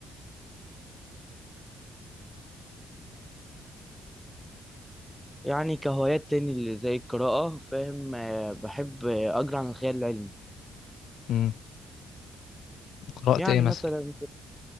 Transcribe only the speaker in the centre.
يعني كهوايات تاني اللي زي القراءة فاهم آه، بحب آه، أقرأ عن الخيال العلمي
يعني
مثلا